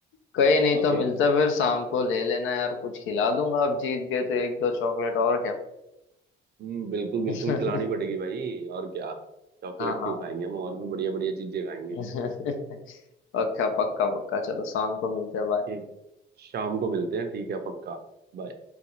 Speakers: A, on the left (about 80°); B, on the right (about 55°).
A: कहीं नहीं
B: अभी
A: तो मिलते फिर शाम को ले लेना यार कुछ खिला दूंगा आप जीत गए तो एक दो चॉकलेट और क्या
B: हम्म, बिल्कुल बिल्कुल
A: <laughs>
B: खिलानी पड़ेगी भाई और क्या चॉकलेट
A: हाँ
B: क्यों
A: हाँ
B: खाएंगे हम और भी बढ़िया बढ़िया चीजें खाएंगे
A: <laughs> पक्का पक्का पक्का चलो शाम को मिलते हैं bye।
B: ठीक शाम को मिलते हैं ठीक है पक्का Bye.